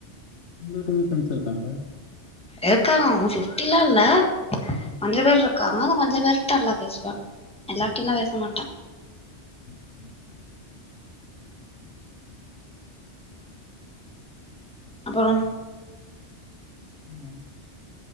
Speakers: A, on the left; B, in the centre.
A: உங்களுக்கும் ஃப்ரெண்ட்ஸ் இருக்காங்ளா
B: இருக்காங்க ஆனா ஃபிஃப்டிலா இல்ல
A: ம்,
B: அஞ்சு பேர் இருக்காங்க கொஞ்ச பேருட்ட நல்லா பேசுவா எல்லார்ட்டலா பேச மாட்டா
A: உம் உம் உம்
B: அப்பறோ
A: உம்